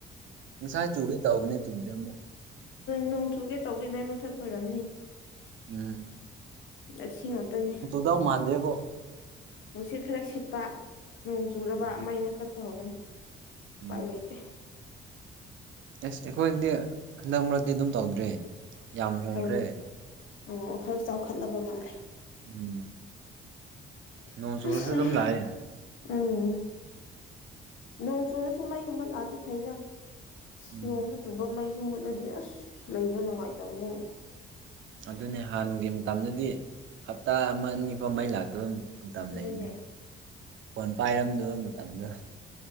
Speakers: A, on the right (about 70°); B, on the left (about 75°).
A: ꯉꯁꯥꯏ ꯆꯨꯒꯦ ꯇꯧꯕꯅꯦ ꯆꯨꯗ꯭ꯔꯦ ꯑꯃꯨꯛ
B: ꯅꯣꯡꯆꯨꯒꯦ ꯇꯧꯕꯩꯃꯥꯏ ꯃꯨꯠꯊꯠꯄꯣꯏꯔꯝꯅꯤ
A: ꯎꯝ
B: ꯑꯁꯤ ꯉꯥꯛꯇꯅꯤ
A: ꯗ ꯃꯥꯥꯟꯗꯦꯕꯣ
B: ꯅꯨꯡꯁꯤꯠ ꯈꯔ ꯁꯤꯠꯄ ꯅꯣꯡ ꯆꯨꯔꯕ
A: ꯎꯝ
B: ꯃꯩ ꯃꯨꯊꯠꯄ ꯍꯧꯔꯅꯤ
A: ꯎꯝ
B: ꯎꯄꯥꯏ ꯂꯩꯇꯦ
A: ꯑꯦꯁ ꯑꯩꯈꯣꯏꯗꯤ ꯍꯟꯗꯛ ꯃꯔꯛꯇꯤ ꯑꯗꯨꯝ ꯇꯧꯗ꯭ꯔꯦ ꯌꯥꯝ ꯍꯣꯡꯈ꯭ꯔꯦ
B: ꯇꯧ ꯑꯣ ꯈꯔ ꯆꯥꯎꯈꯠꯂꯕ ꯃꯥꯜꯂꯦ
A: ꯎꯝ
B: ꯑ
A: ꯅꯣꯡ ꯆꯨꯔꯁꯨ ꯑꯗꯨꯝ ꯂꯥꯛꯑꯦ
B: ꯎꯝ ꯅꯣꯡ ꯆꯨꯨꯔꯁꯨ ꯃꯩꯒꯨꯝꯕ ꯂꯥꯛꯑꯗꯤ ꯐꯩꯗ ꯑꯁ
A: ꯎꯝ
B: ꯅꯣꯡꯁꯨ ꯆꯨꯝꯕ ꯃꯩꯁꯨ ꯃꯨꯠꯂꯗꯤ ꯑꯁ ꯂꯩꯕ ꯅꯨꯡꯉꯥꯏꯇꯕꯅꯤꯅꯦ
A: ꯑꯗꯨꯅꯦ ꯍꯥꯟꯅꯒꯤ ꯃꯇꯝꯗꯗꯤ ꯍꯞꯇꯥ ꯑꯃ ꯅꯤꯐ ꯃꯩ ꯂꯥꯛꯇꯕꯅꯤ ꯃꯇꯝ
B: ꯑꯗꯨꯅꯦ
A: ꯂꯩꯔꯤꯅꯤ ꯐꯣꯟ ꯄꯥꯏꯔꯝꯗꯕ ꯃꯇꯝꯗ